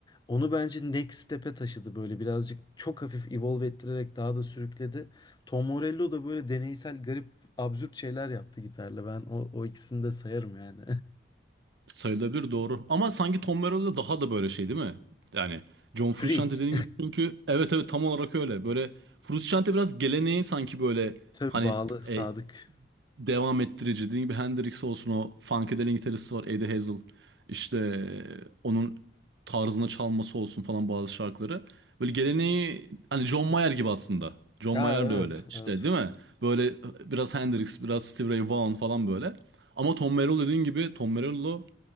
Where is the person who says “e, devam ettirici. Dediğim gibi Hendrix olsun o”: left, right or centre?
Right